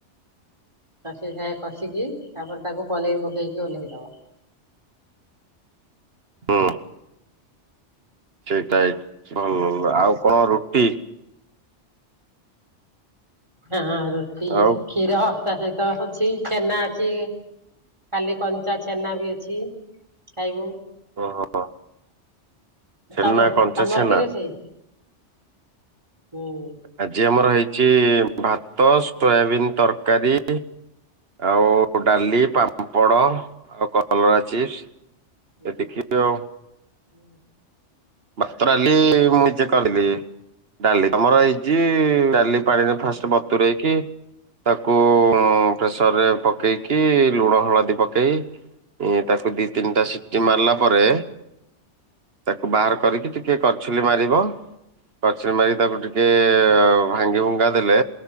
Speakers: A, on the right (about 25°); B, on the right (about 55°).
A: କଷି ସାଏ କଷିକି ତାପରେ ତାକୁ ପନିର ପକେଇକି ଓହ୍ଲେଇଦବ।
B: ହୁଁ। ସେଟା ଭଲ ଆଉ କଣ ରୁଟି?
A: ହଁ ରୁଟି
B: ଆଉ
A: କ୍ଷୀର ତା ସହିତ ଅଛି ଛେନା ଅଛି। ଖାଲି କଞ୍ଚା ଛେନା ବି ଅଛି, ଖାଇବୁ।
B: ଓହୋ। ଛେନା
A: ତମ
B: କଞ୍ଚା
A: ତମର
B: ଛେନା
A: କି ରୋଷେଇ, ହୁଁ।
B: ଆଜି ଆମର ହେଇଛି ଭାତ, ସୋୟାବିିନ ତରକାରୀ ଆଉ ଡ଼ାଲି, ପାମ୍ପଡ଼ ଆଉ କଲରା ଚିପ୍ସ।
A: ହୁଁ
B: ଏ ଦେଖିବ ଆ
A: ହୁଁ।
B: ଭାତ, ଡ଼ାଲି ମୁଁ ନିଜେ କରି <unintelligible> ଡ଼ାଲି ଆମର ଏଇଚି ଡ଼ାଲି ପାଣିରେ
A: ହୁଁ
B: ଫାଷ୍ଟ ବତୁରେଇକି ତାକୁ ପ୍ରେସରରେ ପକେଇକି ଲୁଣ, ହଳଦୀ ପକେଇ ଏ ତାକୁ ଦି ତିନିଟା ସିଟି ମାରିଲା ପରେ ତାକୁ ବାହାର କରିକି ଟିକେ କଛୁଲି ମାରିବ
A: ହୁଁ ହୁଁ
B: କଛୁଲି ମାରିକି ତାକୁ ଟିକେ
A: ହୁଁ
B: ଭାଙ୍ଗି ଭୁଙ୍ଗା ଦେଲେ